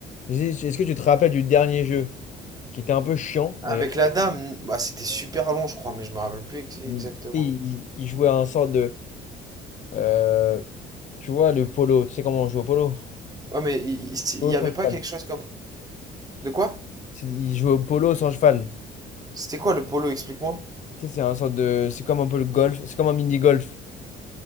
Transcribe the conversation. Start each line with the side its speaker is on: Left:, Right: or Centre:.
Left: J'ai dit, Est-ce que tu te rappelles du dernier jeu qui était un peu chiant
Right: Avec
Left: d'ailleurs?
Right: la dame, bah c'était super long, je crois, mais je me rappelle plus ex- exactement.
Left: Il, il- il jouait à un sort de. euh, Tu vois, le polo. Tu sais comment on joue au polo?
Right: Ouais, mais il il- il
Left: Polo
Right: y
Left: sans
Right: avait pas
Left: cheval.
Right: quelque chose comme. De quoi?
Left: C'est- Il joue au polo sans cheval.
Right: C'était quoi le polo, explique-moi?
Left: Tu sais, c'est un sorte de. C'est comme un peu le golf. C'est comme un mini-golf.